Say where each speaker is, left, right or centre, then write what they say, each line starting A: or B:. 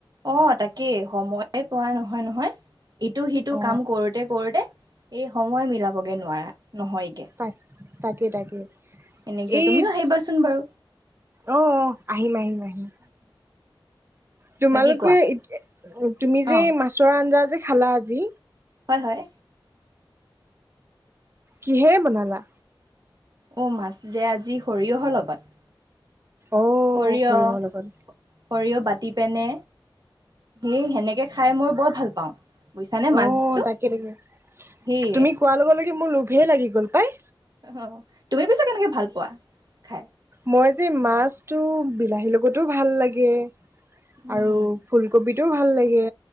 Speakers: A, on the right; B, on the right.
A: অ তাকেই সময়ে পোৱা নহয় নহয় ইটো সিটো
B: অ'।
A: কাম কৰোতে কৰোতে এই সময় মিলাবগে নোৱাৰা নহয়গে
B: তাক তাকে তাকে
A: এনেকে
B: এই
A: তুমিও আহিবাচোন বাৰু
B: অ' অহ', আহিম আহিম আহিম তোমালোকে
A: বাকী কোৱা
B: এতিয়া তুমি যে
A: অ
B: মাছৰ আঞ্জা কি খালা আজি?
A: হয় হয়
B: কিহেৰে বনালা?
A: অ', মাছ যে আজি সৰিয়হৰ লগত
B: অ',
A: সৰিয়হ
B: সৰিয়হৰ
A: সৰিয়হ
B: লগত
A: বাত টি পেনে এই সেনেকে খাই মই বৰ ভাল পাওঁ। বুজিছানে মাছটো
B: অ', তাকে তাকে
A: সেয়ে
B: তুমি কোৱা লগে লগে মোৰ লোভে লাগি গ'ল পাই।
A: অ‌ তুমি পিছে কেনেকে ভাল পোৱা খায়?
B: মই যে মাছটো বিলাহীৰ লগতো ভাল লাগে
A: উম
B: আৰু ফুলকবি টোও ভাল লাগে